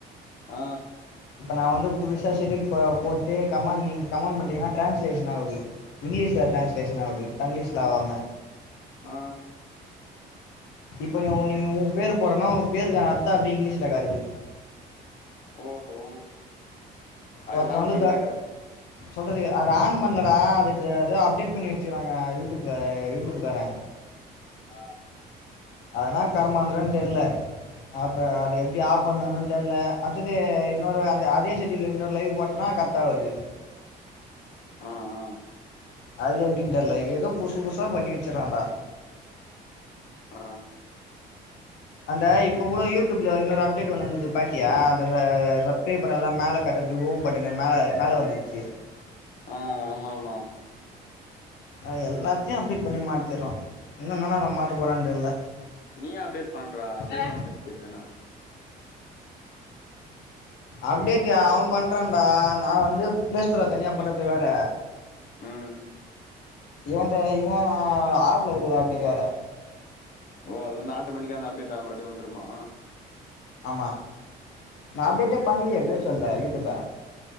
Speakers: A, on the left; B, on the left.
A: ஆ
B: இப்ப நா வந்து புதுசா ஷெடியூல் ப போட்டு கமண்ட் நீ கமெண்ட் பண்ணிங்ன்னா ட்ரான்ஸ்லேஷன் ஆவுது இங்கிலீஷ்ல ட்ரான்ஸ்லேஷன் ஆவுது டங்கிலீஷ்ல ஆவாம
A: ஆ
B: இப்போ நீ ஒன்னு உ பேரு போடுறேன்னா உ பேருக்கு அர்த்தோ அப்டி இங்கிலீஷ்ல காட்டுது
A: ஓஹோ அதுதான்
B: ஒருத்த வந்து
A: பண்ற
B: த சொல்றதுக்கு அத ஆன் பண்லடா அது அது அப்டேட் பண்ணி வச்சுறாங்க யூடியூப்ல யூடியூப்காரே
A: ஆ
B: அதுன்னா கருமாந்திரன் தெர்ல அப்ப அது எப்டி ஆப் பண்ணணுனு தெர்ல அடுத்தது இன்னொரு அந்த அதே ஷெடியூல்ல இன்னொரு லைவ் போட்டேன்னா கர் ட்டா வருது
A: ஆ ஆ
B: அது எப்டின் தெர்ல ஏதோ புசு புசா பண்ணி வச்சுறான்டா
A: ஆ
B: அந்த இப்ப கூட யூடியூப்ல இன்னொரு அப்டேட் ஒன்னு வந்துது பாத்தியா அந்த சப்ஸ்கிரைப் பண்ணதுலா மேல காட்றதுக்கு பட் என்னன்னா மேல வந்துச்சு
A: ஆ ஆமா ஆமா
B: அ எல்லாத்தயு அப்டேட் பண்ணி மாத்திரா இன்னு என்னன்னலா மாத்த போறான் தெர்ல
A: நீ ஏ அப்டேட் பண்றா அப்டேட்
B: ஆ
A: பண்ணாம வச்சுக்க வேண்ட்தான
B: அப்டேட் அவ பண்றான்டா நா வந்து பிளேஸ்டோர்ல தனியா பண்றது வேற
A: ம்
B: இவன்த இவ ஆப்ல குடுக்ற அப்டேட் வேற
A: ஓ அது வந்து ஆட்டோமேட்டிக்கா அந்த அப்டேட் அப்டியே வந்துருமா
B: ஆமா நா அப்டேட்டே பண்லியே ப்ளேஸ்டோர்ல யூடியூப்ப